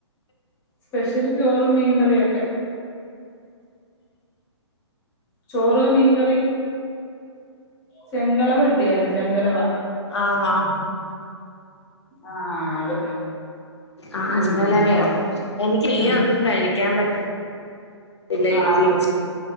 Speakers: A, on the left; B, on the left.
A: സ്പെഷ്യല് ചോറും മീൻകറിയൊക്കെ ചോറ് മീൻകറി ചെങ്കലവ കട്ടിയായിരുന്നു ചെങ്കലവ
B: ആണോ
A: ആഹ് അത്
B: ആഹ്
A: ഉം
B: അതെന്താന്ന് അറിയുവോ എനിക്ക് മീൻ
A: ഉം
B: ഒന്നും കഴിക്കാൻ പറ്റി ഇല്ല <unintelligible>
A: ആഹ് ചെ